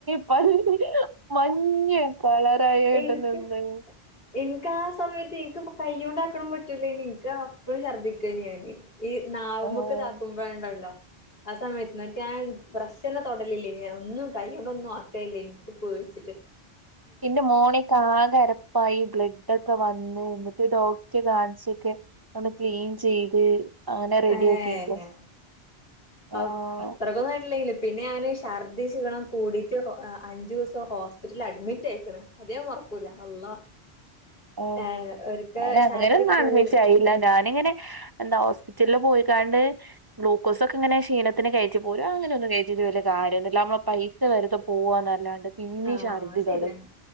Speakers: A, on the right; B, on the left.
A: <unintelligible> മഞ്ഞ കള <unintelligible> കിട്ടുന്നെ
B: എനിക്ക്
A: <unintelligible>
B: എനിക്ക് ആഹ് സമയത്ത് എനിക്ക് ഇപ്പം കൈയൊണ്ടാക്കണം പറ്റൂല ഇനി എനിക്ക് അപ്പഴും ഛർദ്ദിക്കുവേനി ഞാന് ഈ നാവ്
A: ആഹ്
B: മുക്ക് താക്കുമ്പോഴ് ഉണ്ടല്ലോ ആ സമയത്ത് <unintelligible> ഞാൻ ബ്രഷന്നെ തൊടലില്ലേ. ഞാൻ ഒന്നും കൈകൊണ്ടൊന്നും ആക്കലില്ലേനു. എനിക്ക് പേടി വച്ചിട്ട്
A: എന്റെ മോണക്ക് ആകെ അരപ്പായി ബ്ലഡൊക്കെ എന്നിട്ട് ഡോക് <unintelligible> കാണിച്ചൊക്കെ നമ്മൾ ക്ലീൻ ചെയ്ത് അങ്ങനെ റെഡിയാക്കിക്ക്ണ്
B: ഏഹ് ഔ
A: ആഹ്
B: അത്രക്കൊന്നും ആയിട്ടില്ലെങ്കിലും പിന്നെ ഞാന് ശർദ്ദി ശീണം കൂടിട്ട് <unintelligible> അ അഞ്ച് ദിവസം ഹോസ്പിറ്റലിൽ അഡ്മിറ്റ് ആയേക്ക്ണ് അത് മറക്കൂ- ക്കൂല അള്ളാ
A: ഓ
B: ഏ ഒരിക്കെ
A: ഞാൻ അങ്ങനൊന്നും
B: ഛർദി
A: <unintelligible>
B: കൂടി
A: ഞാൻ എങ്ങനെ എന്താ ഹോസ്പിറ്റലില് പോയിക്കാണ്ട് ഗ്ലൂക്കോസ് ഒക്കെ ഇങ്ങനെ ക്ഷീണത്തിന് കഴിച്ചു പോരും അങ്ങനെ ഒന്നും അത് തേച്ചിട്ട് വലിയ കാര്യൊന്നുല്ല നമ്മള് പൈസ വെറുതെ പോവാന്നല്ലാണ്ട് പിന്നിം
B: ആഹ്
A: ഛർദി
B: അത് ശരിയ
A: തൊടങ്ങും.